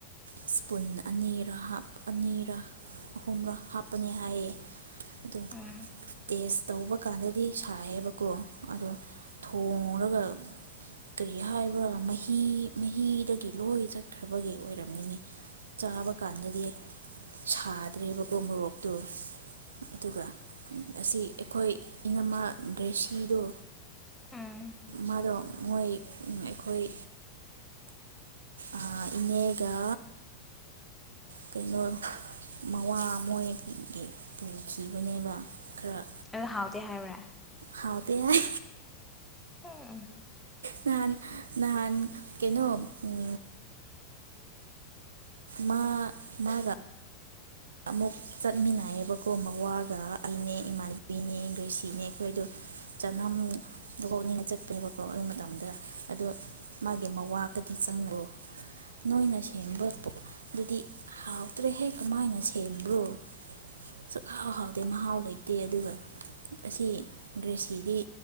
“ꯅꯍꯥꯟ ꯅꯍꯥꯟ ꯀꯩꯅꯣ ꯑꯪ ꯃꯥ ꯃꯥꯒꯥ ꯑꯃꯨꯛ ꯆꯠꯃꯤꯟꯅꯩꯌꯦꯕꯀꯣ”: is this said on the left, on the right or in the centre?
Right